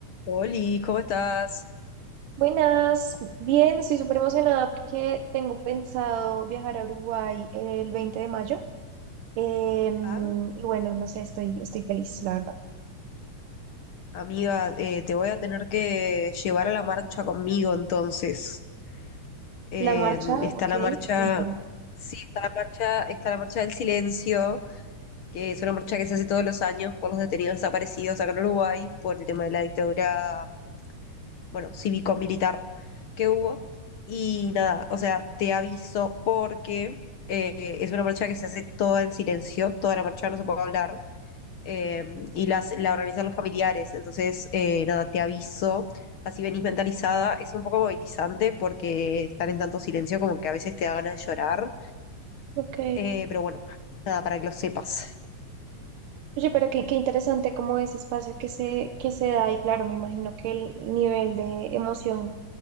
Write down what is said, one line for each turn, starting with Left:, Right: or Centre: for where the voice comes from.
Left: Oli, ¿cómo estás?
Right: Buenas, bien, estoy súper emocionada porque tengo pensado viajar a Uruguay el 20 de mayo. Em,
Left: Ah,
Right: y bueno, no sé, estoy, estoy feliz, la verdad.
Left: amiga, eh, te voy a tener que llevar a la marcha conmigo entonces. Eh,
Right: La marcha,
Left: está
Right: ok,
Left: la marcha,
Right: cuéntame.
Left: sí, está la marcha, está la marcha del silencio, que es una marcha que se hace todos los años por los detenidos desaparecidos acá en Uruguay, por el tema de la dictadura, bueno, cívico-militar que hubo. Y nada, o sea, te aviso porque eh, es una marcha que se hace toda en silencio, toda la marcha no se puede hablar eh, y las, la organizan los familiares. Entonces, eh, nada, te aviso. Así venís mentalizada. Es un poco movilizante porque estar en tanto silencio como que a veces te da ganas de llorar.
Right: Ok.
Left: Eh, pero bueno, nada, para que lo sepas.
Right: Oye, pero qué, qué interesante como ese espacio que se, que se da y claro, me imagino que el nivel de emoción,